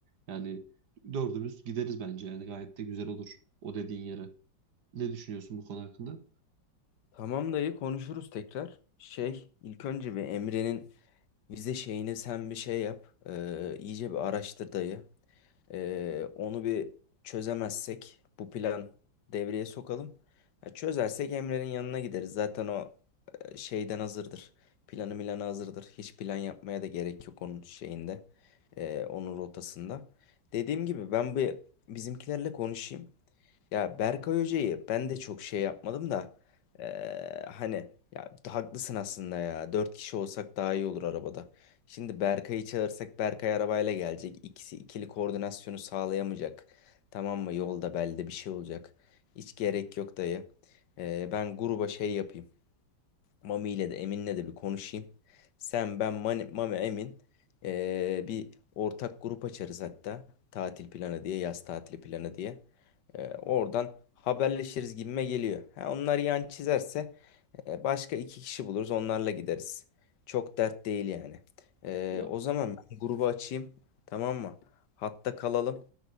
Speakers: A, on the right; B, on the left.
A: yani dördümüz gideriz bence. Yani gayet de güzel olur o dediğin yere. Ne düşünüyorsun bu konu hakkında?
B: Tamam dayı konuşuruz tekrar. Şey, ilk önce bir Emre'nin vize şeyini sen bir şey yap. Ee, iyice bir araştır dayı. Ee, onu bir çözemezsek bu plan devreye sokalım. Ya çözersek Emre'nin yanına gideriz. Zaten o e, şeyden hazırdır. Planı milanı hazırdır. Hiç plan yapmaya da gerek yok onun şeyinde. e, onun rotasında. Dediğim gibi ben bir bizimkilerle konuşayım. Ya Berkay Hoca'yı ben de çok şey yapmadım da eee, hani ya haklısın aslında ya. Dört kişi olsak daha iyi olur arabada. Şimdi Berkay'ı çağırsak Berkay arabayla gelecek. İkisi ikili koordinasyonu sağlayamayacak. Tamam mı? Yolda belde bir şey olacak. Hiç gerek yok dayı. Eee, ben gruba şey yapayım. Mami ile de Emin'le de bir konuşayım. Sen, ben, Mani- Mami, Emin eee, bir ortak grup açarız hatta. Tatil planı diye, yaz tatili planı diye. Eee, oradan haberleşiriz gibime geliyor. Ha, onlar yan çizerse eee, başka iki kişi buluruz onlarla gideriz. Çok dert değil yani. Eee,
A: Ya
B: o zaman ben grubu açayım. Tamam mı? Hatta kalalım.